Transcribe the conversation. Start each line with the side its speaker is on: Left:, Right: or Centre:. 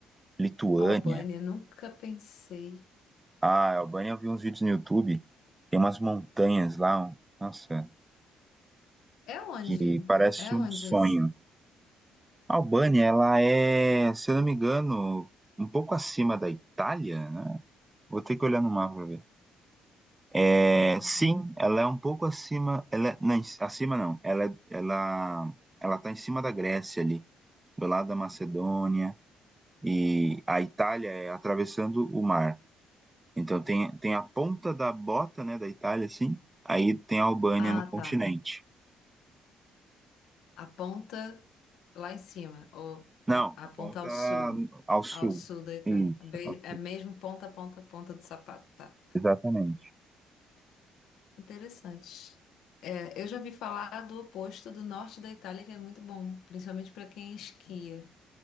Right: Lituânia.
Left: Albânia, nunca pensei.
Right: Ah, Albânia, eu vi uns vídeos no YouTube. Tem umas montanhas lá, um- nossa,
Left: É onde?
Right: que parece
Left: É
Right: um
Left: onde
Right: sonho.
Left: isso?
Right: A Albânia, ela é, se eu não me engano, um pouco acima da Itália, né? Vou ter que olhar no mapa pra ver. É,
Left: Uhum.
Right: sim, ela é um pouco acima, ela é- não, em- acima não. Ela é- ela ela tá em cima da Grécia ali, do lado da Macedônia e a Itália é atravessando o mar. Então tem, tem a ponta da bota, né, da Itália, assim, aí tem a Albânia
Left: Ah,
Right: no continente.
Left: tá. A ponta lá em cima, ou
Right: Não,
Left: não, a
Right: a
Left: ponta
Right: ponta
Left: ao sul,
Right: ao sul.
Left: ao sul da Itália.
Right: Isso,
Left: Be-
Right: ao
Left: É
Right: sul,
Left: mesmo ponta, ponta, ponta do sapato. Tá.
Right: exatamente.
Left: Interessante. É, eu já vi falar do oposto do norte da Itália, que é muito bom, principalmente para quem esquia.